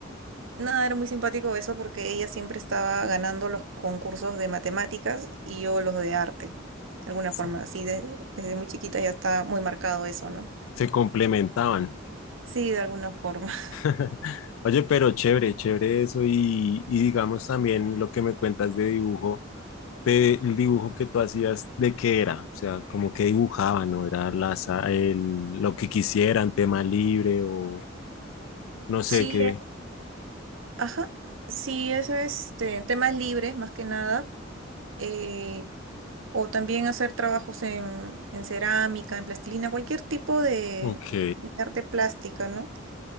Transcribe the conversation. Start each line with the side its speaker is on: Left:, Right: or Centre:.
Right: nada, era muy simpático eso porque ella siempre estaba ganando los concursos de matemáticas y yo los de arte, de alguna
Left: Sí.
Right: forma, así de- desde muy chiquita ya está muy marcado eso, ¿no?
Left: Se complementaban.
Right: Sí, de alguna forma. <laughs>
Left: <laughs> Oye, pero chévere, chévere eso. Y, y digamos también lo que me cuentas de dibujo, de, el dibujo que tú hacías, ¿de qué era? O sea, como que dibujaban, ¿no? Era las, el, lo que quisieran, tema libre o no sé
Right: Sí,
Left: qué.
Right: eh, ajá, sí, eso es este, temas libres más que nada, eh, o también hacer trabajos en, en cerámica, en plastilina, cualquier tipo de
Left: Ok.
Right: de arte plástica, ¿no?